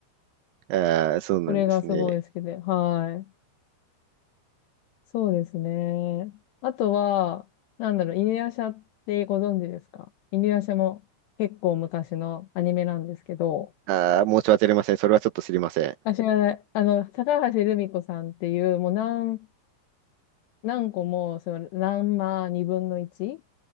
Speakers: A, on the right (about 75°); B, on the left (about 75°).
A: あー、そうなんですね。
B: それがすごい好きで、はい。そうですね。あとは、なんだろう、犬夜叉ってご存知ですか犬夜叉も結構昔のアニメなんですけど、
A: あー、申し訳ありません。それはちょっと知りません。
B: あ、知らない。あの、高橋留美子さんっていう、もう何、何個も、その、ランマ2分の1